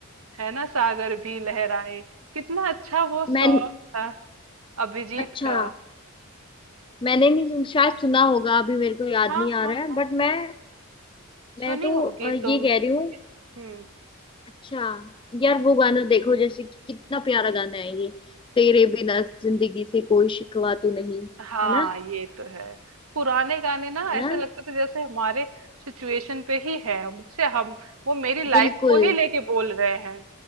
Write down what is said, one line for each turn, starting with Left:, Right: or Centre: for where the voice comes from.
Right: है ना सागर भी लहराए कितना अच्छा वो सॉन्ग
Left: मैं
Right: था अभिजीत
Left: अच्छा
Right: का
Left: मैंने नहीं सुन- शायद सुना होगा अभी मेरे को याद
Right: हाँ
Left: नहीं आ
Right: हाँ
Left: रहा है
Right: हाँ
Left: बट मैं मैं
Right: सुनी
Left: तो
Right: होगी
Left: अ, ये
Right: तुम
Left: कह रही हूँ
Right: हम्म
Left: अच्छा यार वो गाना देखो जैसे कि कितना प्यारा गाना है ये तेरे बिना जिंदगी से कोई शिकवा तो नहीं
Right: हाँ
Left: है ना
Right: ये तो है पुराने गाने ना
Left: है
Right: ऐसे
Left: ना
Right: लगता था जैसे हमारे सिचुएशन पे ही है मुझसे हम वो मेरी लाइफ
Left: बिल्कुल
Right: को ही लेके बोल रहे हैं